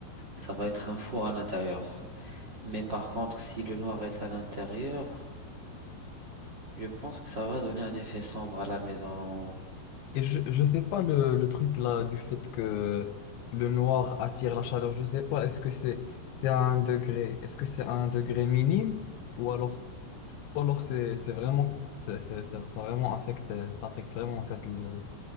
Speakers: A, on the right; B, on the left.
A: ça va être un four à l'intérieur. Mais par contre, si le noir est à l'intérieur, je pense que ça va donner un effet sombre à la maison.
B: Et je, je sais pas le, le truc là du fait que le noir attire la chaleur, je sais pas, est-ce que c'est c'est à un degré, est-ce que c'est à un degré minime ou alors, ou alors c'est c'est vraiment, c'est, c'est- c'est- ça vraiment affecte, ça affecte vraiment en fait le-